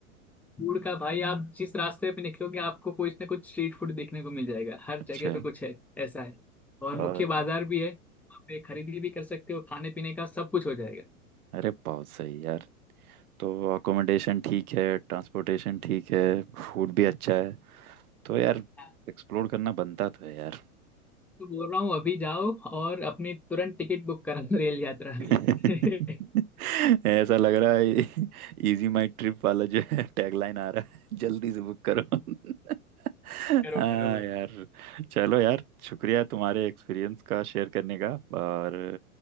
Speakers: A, in the centre; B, on the right.
A: फूड का भाई आप जिस रास्ते पे निकलोगे आपको कुछ ना कुछ स्ट्रीट फूड देखने को मिल जाएगा हर
B: अच्छा
A: जगह
B: है
A: पे कुछ है ऐसा है और
B: और
A: मुख्य बाजार भी है वहाँ पे खरीदी भी कर सकते हो खाने पीने का सब कुछ हो जाएगा
B: अरे बहुत सही यार तो अकोमोडेशन ठीक है ट्रांसपोर्टेशन ठीक है फूड भी अच्छा है तो यार
A: हाँ,
B: एक्सप्लोर करना बनता तो है यार
A: तो बोल रहा हूँ अभी जाओ और अपनी तुरंत टिकट बुक करा रेल यात्रा
B: <laughs>
A: की <laughs>
B: ऐसा लग रहा है इजी माई ट्रिप वाला जो है टैगलाइन आ रहा है जल्दी से बुक करो <laughs> हाँ
A: करो करो भाई
B: यार चलो यार शुक्रिया तुम्हारे एक्सपीरियंस का शेयर करने का और